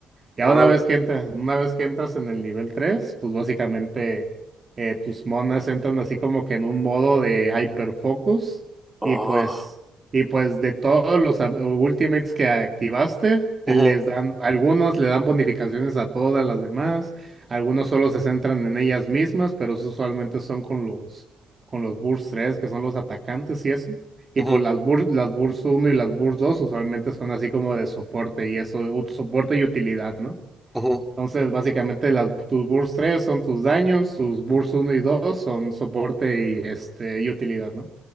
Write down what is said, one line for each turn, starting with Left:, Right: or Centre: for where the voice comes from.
Right: Ya
Centre: Órale.
Right: una vez que entras, una vez que entras en el nivel 3 pues básicamente eh, tus monas entran así como que en un modo de hyperfocus
Centre: Oh.
Right: y pues y pues de todos los ab- ultimates que activaste, te
Centre: ujú,
Right: les dan algunos le dan bonificaciones a todas las demás, algunos solo se centran en ellas mismas, pero eso usualmente son con los con los burst 3 que son los atacantes y eso. Tipo,
Centre: ujú,
Right: las burs, las burs uno y las burs 2 usualmente son así como de soporte y eso, ut- soporte y utilidad, ¿no?
Centre: ujú.
Right: Entonces, básicamente las, tus burs 3 son tus daños, tus burs uno y 2 son soporte y, este, y utilidad, ¿no?